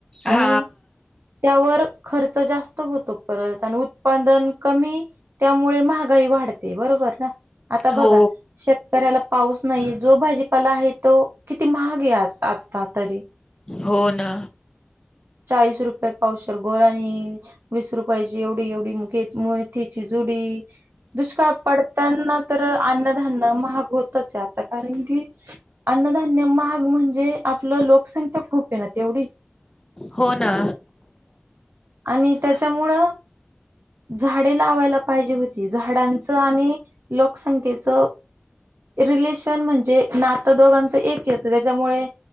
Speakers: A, on the right; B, on the left.
A: आणि
B: हा!
A: त्यावर खर्च जास्त होतो परत आणि उत्पादन- कमी त्यामुळे महागाई वाढते. बरोबर ना! आता
B: हो
A: बघा शेतकऱ्याला- पाऊस नाही जो भाजीपाला आहे तो किती महाग आहे आ आता तरी.
B: हो ना.
A: चाळीस रुपये पावसर गोरनी वीस रुपयाची एवढी एवढी मेथीची जुडी दुष्काळ पडताना तर अन्नधान्य महाग होतच आहे आता, कारण की अन्नधान्य महाग म्हणजे आपलं लोकसंख्या खूप ये ना एवढी.
B: हो ना.
A: आणि त्याच्यामुळं झाडे लावायला पाहिजे होती झाडांचं आणि लोकसंख्येच रिलेशन म्हणजे नातं दोघांचं एक येतं त्याच्यामुळे